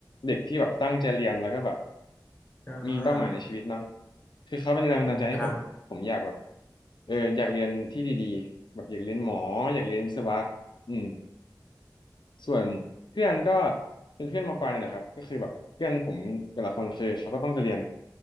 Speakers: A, on the left; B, on the left.
A: เด็กที่แบบตั้งใจเรียนแล้วก็แบบ
B: อ่า
A: มีเป้าหมายในชีวิตเนาะคือเขาเป็นแรงบันดาลใจให้ผมผมอยากแบบ
B: อืมครับ
A: เอออยากเรียนที่ดีๆแบบอยากเรียนหมออยากเรียนวิศวะอืมส่วนเพื่อนก็เป็นเพื่อนมปลายเนี่ยแหละครับก็คือแบบเพื่อนผมแต่ละคนคือเขาก็ต้องจะเรียน